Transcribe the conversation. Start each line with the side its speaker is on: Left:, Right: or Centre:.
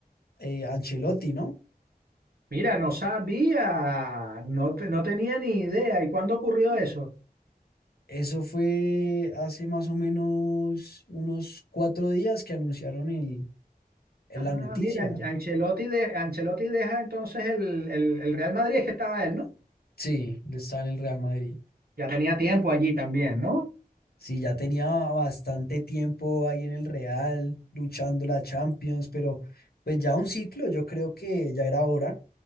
Left: eh, Ancelotti, ¿no?
Right: Mira, no sabía, no, te- no tenía ni idea. ¿Y cuándo ocurrió eso?
Left: Eso fue hace más o menos unos cuatro días que anunciaron el, el-
Right: Ah,
Left: la noticia.
Right: mira, An- Ancelotti, de, Ancelotti deja entonces el, el- el Real Madrid, es que estaba él, ¿no?
Left: Sí, está en el Real Madrid.
Right: Ya tenía tiempo allí también, ¿no?
Left: Sí, ya tenía bastante tiempo ahí en el Real, luchando la Champions, pero pues ya un ciclo, yo creo que ya era hora.